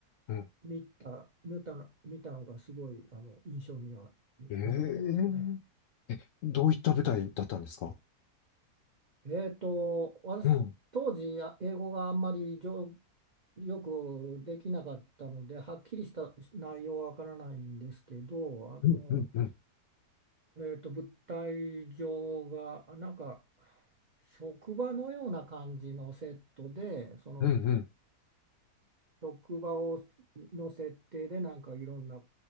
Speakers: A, on the left; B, on the right.
A: うん。
B: 見た、見たの、見たのがすごいあの印象には
A: ええ
B: 残ってますね。
A: どういった舞台だったんですか
B: えーと私当時あ英語があんまり上
A: うん、
B: よくできなかったのではっきりした内容はわからないんですけどあの
A: うん、うん、うん、
B: えっと、物体上があなんか職場のような感じのセットでその
A: うん、うん。
B: 職場をの設定でなんかいろんな